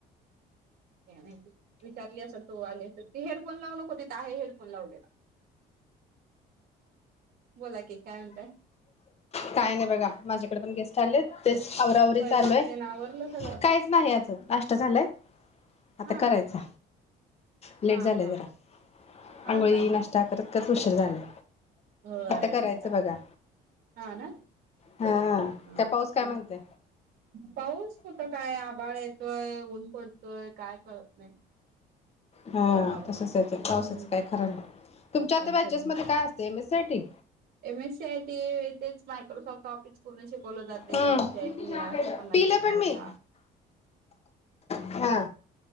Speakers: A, on the right (about 65°); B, on the left (about 40°).
A: काय माहिती, विचारली असल तो आली अस ती हेडफोन लावु नको तिथं आहे हेडफोन लावलेला. बोला की काय म्हणताय.
B: काय नाही बघा माझ्याकडे पण गेस्ट आलेत तेच अवरावरी
A: स्वयंपाक
B: चालूय हाय,
A: तेन आवरलं सगळं
B: काहीच नाही आजून नाष्टा झालंय आता
A: हा
B: करायचा लेट
A: हा
B: झालाय
A: हा
B: जरा
A: हा
B: आंघोळी
A: का
B: नाष्टा करत कच उशिर झालाय.
A: होय
B: आता करायचं
A: मग काय,
B: बघा
A: हा ना,
B: हा
A: हा
B: काय पाऊस काय
A: म
B: म्हणते
A: पाऊस कुठं काय आभाळ येत येतय ऊन पडतयं काय कळत नाही.
B: हा
A: पावसाचं
B: तसच हाय
A: हम्म
B: ते पावसाच काय खर नाही. तुमच्या आता
A: काय
B: बॅचेस
A: खरं
B: मध्ये काय असतय, एम एस साठी
A: एम एस सी आयटी तेच मायक्रोसॉफ्ट टाॅपिकस पूर्ण शिकवलं जातय.
B: हम्म
A: एम एस सी आयटी रास्तो पन्ना
B: पिले
A: स्टेशनलचा,
B: पण मी हा